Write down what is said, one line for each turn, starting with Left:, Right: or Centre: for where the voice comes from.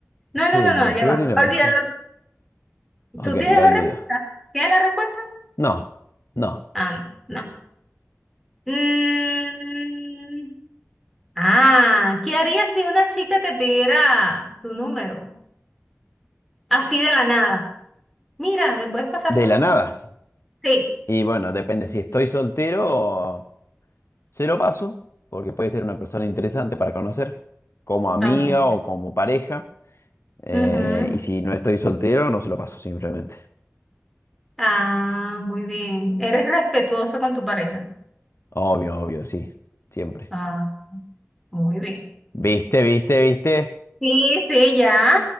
Centre: No,
Left: sí,
Centre: no, no,
Left: lo
Centre: no, ya
Left: peor
Centre: va.
Left: y lo
Centre: Olvídalo,
Left: mejor. Ok,
Centre: ¿Tú tienes
Left: lo
Centre: la
Left: olvido.
Centre: respuesta? ¿Tienes la respuesta?
Left: No, no.
Centre: Ah, no. no. Mm, ah, ¿qué harías si una chica te pidiera tu número? Así de la nada. Mira, ¿me puedes pasar
Left: De
Centre: tu
Left: la
Centre: número?
Left: nada.
Centre: Sí.
Left: Y bueno, depende si estoy soltero Se lo paso, porque puede ser una persona interesante para conocer, como amiga
Centre: Ok.
Left: o como pareja. eh,
Centre: Ujú.
Left: y si no estoy soltero, no se lo paso simplemente.
Centre: Ah, muy bien. ¿Eres respetuoso con tu pareja?
Left: Obvio, obvio, sí, siempre.
Centre: Ah, muy bien.
Left: ¿Viste, viste, viste?
Centre: Sí, sí, ya,